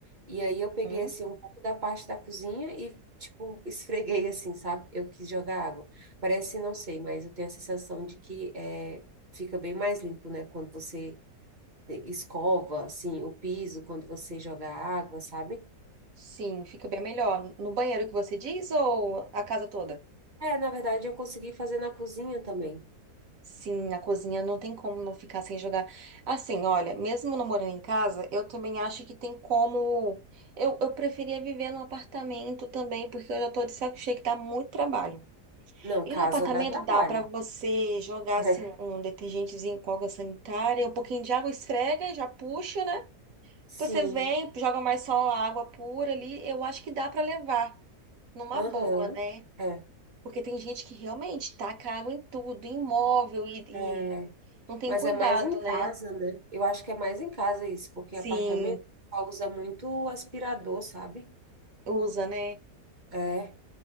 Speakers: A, on the right; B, on the right.
A: E aí eu peguei,
B: Hum?
A: assim, um pouco da parte da cozinha e, tipo, <laughs> esfreguei, assim, sabe? Eu quis jogar água. Parece, não sei, mas eu tenho a sensação de que é, fica bem mais limpo, né? Quando você escova, assim, o piso, quando você joga água, sabe?
B: Sim, fica bem melhor. No banheiro que você diz ou a casa toda?
A: É, na verdade, eu consegui fazer na cozinha também.
B: Sim, na cozinha não tem como não ficar sem jogar. Assim, olha, mesmo não morando em casa, eu também acho que tem como. Eu, eu preferia viver num apartamento também, porque eu já tô de saco cheio que dá muito trabalho.
A: Não,
B: E
A: casa
B: no apartamento
A: dá trabalho.
B: dá pra você jogar,
A: É.
B: assim, um detergentezinho com água sanitária, um pouquinho de água, esfrega, já puxa, né?
A: Sim,
B: Você vem, joga mais só a água pura ali. Eu acho que dá pra levar numa
A: aham.
B: boa, né?
A: É,
B: Porque tem gente que realmente taca água em tudo, em móvel e,
A: é.
B: e não tem
A: Mas
B: cuidado,
A: é mais em casa,
B: né?
A: né? Eu acho que é mais em casa isso, porque
B: Sim,
A: apartamento só usa muito aspirador, sabe?
B: usa, né?
A: É,